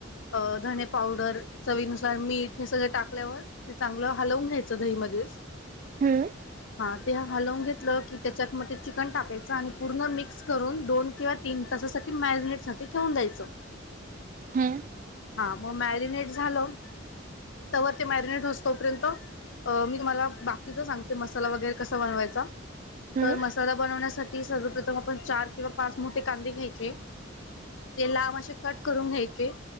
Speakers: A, on the left (about 70°); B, on the right (about 40°).
A: अ धणे पावडर चवीनुसार मीठ हे सगळं टाकल्यावर ते चांगलं हलवून घ्यायचं दहीमध्येच
B: हम्म.
A: हा ते हलवून घेतलं की त्याच्यात मग ते चिकन टाकायचं आणि पूर्ण मिक्स करून दोन किंवा तीन तासासाठी मॅरिनेटसाठी ठेवून द्यायचं.
B: हम्म
A: हा मग मॅरिनेट झालं तोवर ते मॅरिनेट होस तोपर्यंत अ मी तुम्हाला बाकीचा सांगते मसाला वगैरे कसा बनवायचा
B: हम्म
A: तर मस तर बनवण्यासाठी सर्वप्रथम आपण चार किंवा पाच मोठे कांदे घ्यायचे तेला म असे कट करून घ्यायचे.